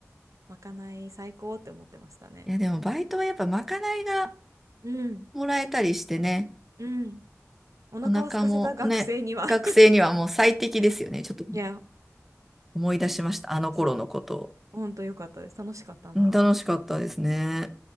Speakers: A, on the right; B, in the centre.
A: まかない最高って思ってましたね。
B: いや、でもバイトはやっぱまかないが
A: うん。
B: もらえたりしてね。
A: うん。お腹を空かせた学生には
B: お腹もね、学生にはもう最適ですよね。
A: <laughs>
B: ちょっと
A: いや、
B: 思い出しました。あの頃のことを。
A: そう、ほんとよかったです。楽しかったな。
B: うん楽しかったですね。